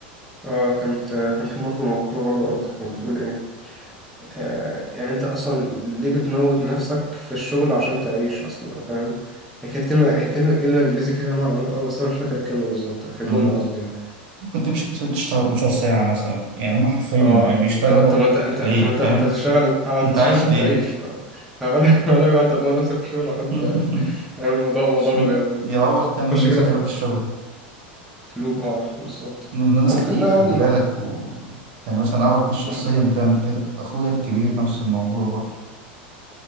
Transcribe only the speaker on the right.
مم.
ممكن تمشي مثلا تشتغل 12 ساعة مثلا يعني هم حرفيا
بيشتغلوا
ليه
فاهم
أنت
عايش
ليه
<laughs>
عشان
يروح تاني
يوم يصحى
يروح الشغل
ناس
كتير
خلي
بالك و... يعني مثلا أعرف ناس شخصيا
بتعمل كده أخويا الكبير نفس الموضوع برضه